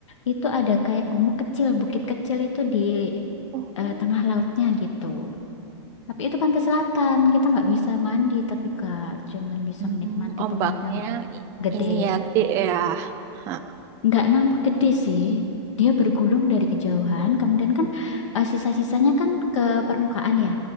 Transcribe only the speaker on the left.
itu ada kayak gumuk kecil, bukit kecil itu di
eh, tengah lautnya gitu. Tapi itu pantai selatan, kita nggak bisa mandi tapi Kak, cuman bisa
menikmati
pemandangan
gede
nggak nampak gede sih. Dia bergulung dari kejauhan, kemudian kan eh, sisa-sisanya kan ke permukaan ya.